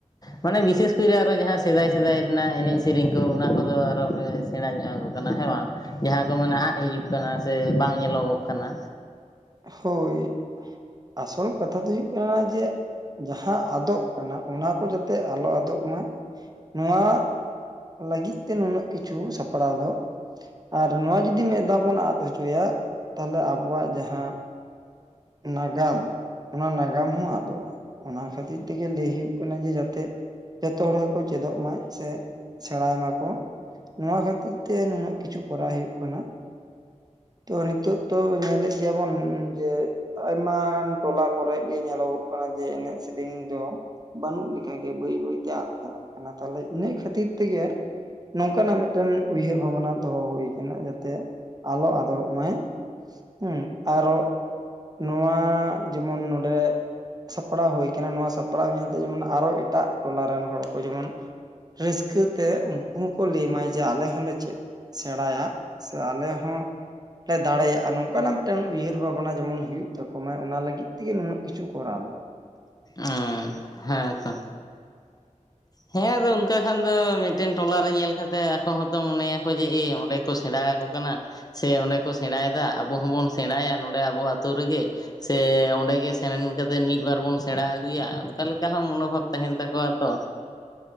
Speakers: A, on the left; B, on the right.
A: ᱢᱟᱱᱮ ᱵᱤᱥᱮᱥ ᱠᱚᱨᱮ ᱟᱨᱚ ᱡᱟᱦᱟᱸ ᱥᱮᱫᱟᱭ ᱥᱮᱫᱟᱭ ᱨᱮᱱᱟᱜ ᱮᱱᱮᱡ ᱥᱮᱨᱮᱧ ᱠᱚ ᱚᱱᱟ ᱠᱚᱫᱚ ᱟᱨᱚ ᱯᱮ ᱥᱮᱬᱟ ᱧᱚᱜ ᱟᱠᱚ ᱠᱟᱱᱟ ᱦᱮᱸ ᱵᱟᱝ ᱡᱟᱦᱟᱸ ᱠᱚ ᱢᱟᱱᱮ ᱟᱫ ᱦᱤᱡᱩᱜ ᱠᱟᱱᱟ ᱥᱮ ᱵᱟᱝ ᱧᱮᱞᱚᱜᱚ ᱠᱟᱱᱟ᱾
B: ᱦᱳᱭ ᱟᱥᱚᱞ ᱠᱟᱛᱷᱟ ᱫᱚ ᱦᱩᱭᱩᱜ ᱠᱟᱱᱟ ᱡᱮ ᱡᱟᱦᱟᱸ ᱟᱫᱚᱜ ᱠᱟᱱᱟ ᱚᱱᱟ ᱠᱚ ᱡᱟᱛᱮ ᱟᱞᱚ ᱟᱫᱚᱜ ᱢᱟ, ᱱᱚᱣᱟ ᱞᱟᱹᱜᱤᱫ ᱛᱮ ᱱᱩᱱᱟᱹᱜ ᱠᱤᱪᱷᱩ ᱥᱟᱯᱲᱟᱣ ᱫᱚ᱾ ᱟᱨ ᱱᱚᱣᱟ ᱡᱩᱫᱤ ᱢᱮᱹᱫ ᱫᱷᱟᱹᱣ ᱵᱚᱱ ᱟᱫ ᱦᱚᱪᱚᱭᱟ, ᱛᱟᱦᱞᱮ ᱟᱵᱚᱣᱟᱜ ᱡᱟᱦᱟᱸ ᱱᱟᱜᱟᱢ ᱚᱱᱟ ᱱᱟᱜᱟᱢ ᱦᱚᱸ ᱟᱫᱚᱜᱼᱟ, ᱚᱱᱟ ᱠᱷᱟᱹᱛᱤᱨ ᱛᱮᱜᱮ ᱞᱟᱹᱭ ᱦᱩᱭᱩᱜ ᱠᱟᱱᱟ ᱡᱮ ᱡᱟᱛᱮ ᱡᱷᱚᱛᱚ ᱦᱚᱲ ᱜᱮᱠᱚ ᱪᱮᱫᱚᱜ ᱢᱟ ᱥᱮ ᱥᱮᱬᱟᱭ ᱢᱟᱠᱚ᱾ ᱱᱚᱣᱟ ᱠᱷᱟᱹᱛᱤᱨ ᱛᱮ ᱱᱩᱱᱟᱹᱜ ᱠᱤᱪᱷᱩ ᱠᱚᱨᱟᱣ ᱦᱩᱭᱩᱜ ᱠᱟᱱᱟ᱾ ᱛᱚ ᱱᱤᱛᱚᱜ ᱛᱚ ᱧᱮᱞᱮᱫ ᱜᱮᱭᱟᱵᱚᱱ ᱡᱮ ᱟᱭᱢᱟ ᱴᱚᱞᱟ ᱠᱚᱨᱮ ᱜᱮ ᱧᱮᱞᱚᱼᱜᱚ ᱠᱟᱱᱟ ᱡᱮ ᱮᱱᱮᱡ ᱥᱮᱨᱮᱧ ᱫᱚ ᱵᱟᱹᱱᱩᱜ ᱞᱮᱠᱟᱜᱮ ᱵᱟᱹᱭ ᱵᱟᱹᱭᱛᱮ ᱟᱫ ᱪᱟᱞᱟᱜ ᱠᱟᱱᱟ, ᱛᱟᱦᱚᱞᱮ ᱤᱱᱟᱹ ᱠᱷᱟᱹᱛᱤᱨ ᱛᱮᱜᱮ ᱱᱚᱝᱠᱟᱱᱟᱜ ᱢᱤᱫᱴᱮᱱ ᱩᱭᱦᱟᱹᱨ ᱵᱷᱟᱵᱽᱱᱟ ᱫᱚᱦᱚ ᱦᱩᱭ ᱠᱟᱱᱟ ᱡᱟᱛᱮ ᱟᱞᱚ ᱟᱫᱚᱜ ᱢᱟ᱾ ᱦᱩᱸ ᱟᱨᱚ ᱱᱚᱣᱟ ᱡᱮᱢᱚᱱ ᱱᱚᱰᱮ ᱥᱟᱯᱲᱟᱣ ᱦᱩᱭ ᱠᱟᱱᱟ ᱱᱚᱣᱟ ᱥᱟᱯᱲᱟᱣ ᱧᱮᱞᱛᱮ ᱡᱮᱢᱚᱱ ᱟᱨᱚ ᱮᱴᱟᱜ ᱴᱚᱞᱟ ᱨᱮᱱ ᱦᱚᱲ ᱠᱚ ᱡᱮᱢᱚᱱ ᱨᱟᱹᱥᱠᱟᱹ ᱛᱮ ᱩᱱᱠᱩ ᱦᱚᱸᱠᱚ ᱞᱟᱹᱭᱢᱟᱭ ᱡᱮ ᱟᱞᱮ ᱦᱚᱸᱞᱮ ᱪᱮᱫ ᱥᱮᱬᱟᱭᱟ ᱥᱮ ᱟᱞᱮ ᱦᱚᱸ ᱞᱮ ᱫᱟᱲᱮᱭᱟᱜᱼᱟ ᱱᱚᱝᱠᱟᱱᱟᱜ ᱢᱤᱫᱴᱮᱱ ᱩᱭᱦᱟᱹᱨ ᱵᱷᱟᱵᱽᱱᱟ ᱡᱮᱢᱚᱱ ᱦᱩᱭᱩᱜ ᱛᱟᱠᱚ ᱢᱟ, ᱚᱱᱟ ᱞᱟᱹᱜᱤᱫ ᱛᱮᱜᱮ ᱱᱩᱱᱟᱹᱜ ᱠᱤᱪᱷᱩ ᱠᱚᱨᱟᱣ ᱫᱚ᱾
A: ᱮᱸ ᱦᱮᱸ ᱛᱚ᱾ ᱦᱮᱸ ᱟᱫᱚ ᱚᱱᱠᱟ ᱠᱷᱟᱱ ᱫᱚ ᱢᱤᱫᱴᱮᱱ ᱴᱚᱞᱟ ᱨᱮ ᱧᱮᱞ ᱠᱟᱛᱮᱜ ᱟᱠᱚ ᱦᱚᱸᱛᱚ ᱢᱚᱱᱮᱭᱟ ᱠᱚ ᱡᱮ ᱮ ᱚᱸᱰᱮ᱾ ᱠᱚ ᱥᱮᱬᱟ ᱠᱚ ᱠᱟᱱᱟ ᱥᱮ ᱚᱸᱰᱮ ᱠᱚ ᱥᱮᱬᱟᱭ ᱫᱟ, ᱟᱵᱚ ᱦᱚᱸᱵᱚᱱ ᱥᱮᱬᱟᱭᱟ ᱱᱚᱸᱰᱮ ᱟᱵᱚ ᱟᱛᱳ ᱨᱮ ᱜᱮ᱾ ᱥᱮ ᱚᱸᱰᱮ ᱜᱮ ᱥᱮᱱ ᱠᱟᱛᱮᱫ ᱢᱤᱫ ᱵᱟᱨ ᱵᱚᱱ ᱥᱮᱬᱟ ᱟᱹᱜᱩᱭᱟ ᱚᱠᱟ ᱞᱮᱠᱟ ᱦᱚᱸ ᱢᱚᱱᱳᱵᱷᱟᱵ ᱛᱟᱸᱦᱮᱱ ᱛᱟᱠᱚᱣᱟ ᱛᱚ᱾